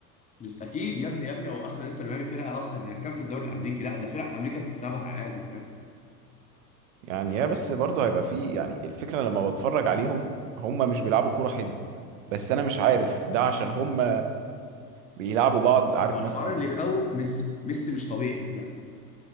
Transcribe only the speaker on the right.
يعني يا بس برضه هيبقى فيه يعني الفكرة لما بتفرج عليهم هم مش بيلعبوا كورة حلو بس انا مش عارف ده عشان هم بيلعبوا بعض عارف
مثلا
ايه